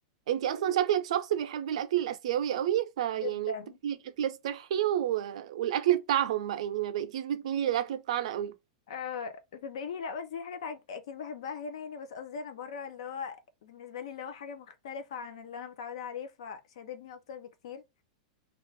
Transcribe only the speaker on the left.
جدا
أه صدقيني لا بس دي حاجة تعج... اكيد بحبها هنا يعني بس قصدي انا بره اللي هو بالنسبة لي اللي هو حاجة مختلفة عن اللي انا متعودة عليه فشددني اكتر بكتير